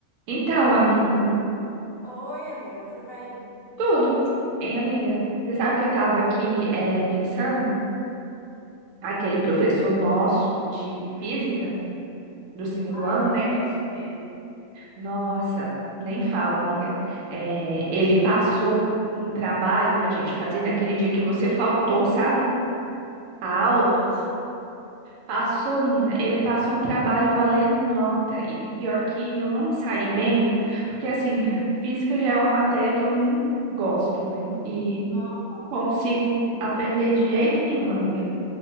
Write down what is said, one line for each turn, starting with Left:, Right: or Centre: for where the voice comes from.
Right: Então,
Left: Oi,
Right: amiga,
Left: oi, amiga, tudo bem?
Right: tudo, hein, amiga? Você sabe que eu tava aqui eh, pensando, aquele professor nosso de física do segundo
Left: Ai,
Right: ano,
Left: detesto
Right: lembra?
Left: ele.
Right: Nossa, nem fala, amiga. Eh, ele passou um trabalho pra gente fazer naquele dia que você faltou, sabe? A aula.
Left: Mentira.
Right: Passou, menina. Ele passou um trabalho valendo nota. E pior que eu não me saí bem, porque assim, <laughs> física já é uma matéria que eu não gosto, né? E
Left: Aham.
Right: Consigo aprender de jeito nenhum, amiga.